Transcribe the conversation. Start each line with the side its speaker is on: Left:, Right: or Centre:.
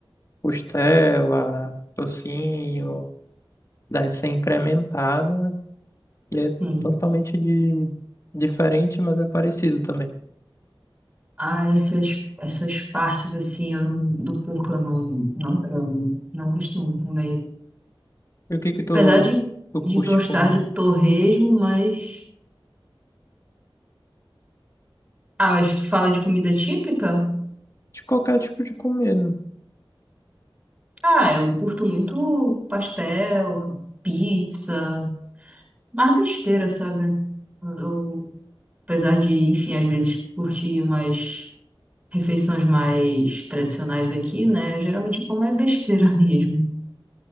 Left: costela, tocinho, daí ser incrementado. E é
Right: sim.
Left: totalmente de... diferente, mas é parecido também.
Right: Ah, essas, essas partes, assim, eu não- do porco eu não, não como. Não costumo comer.
Left: E o que que tu,
Right: Apesar de,
Left: tu
Right: de
Left: curte
Right: gostar
Left: comer?
Right: de torresmo, mas... Ah, mas tu fala de comida típica?
Left: de qualquer tipo de comida.
Right: Ah, eu curto muito pastel, pizza... mais besteira, sabe? Eu, apesar de, enfim, às vezes curtir umas refeições mais tradicionais daqui, né? Geralmente eu como é besteira <laughs> mesmo.